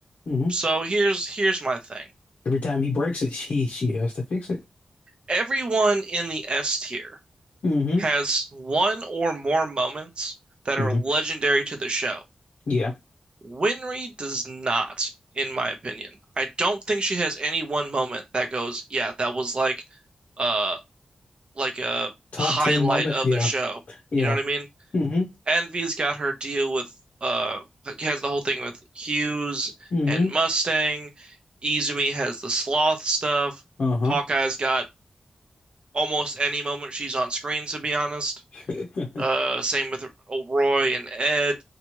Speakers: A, on the left; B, on the right.
A: hmm
B: So here's here's my thing.
A: Every time he breaks it, she she has to fix it.
B: Everyone in the S tier
A: hmm
B: has one or more moments that
A: hmm
B: are legendary to the show.
A: Yeah.
B: Winry does not, in my opinion. I don't think she has any one moment that goes, yeah, that was like uh like a
A: Top
B: highlight
A: 10 moment.
B: of
A: Yeah.
B: the show.
A: Yeah.
B: You know what I mean?
A: hmm
B: Envy's got her deal with uh has the whole thing with Hughes
A: hmm
B: and Mustang. Izumi has the sloth stuff.
A: Uh-huh.
B: Hawkeye's got almost any moment she's on screen, to be honest.
A: <laughs>
B: Uh, same with Roy and Ed.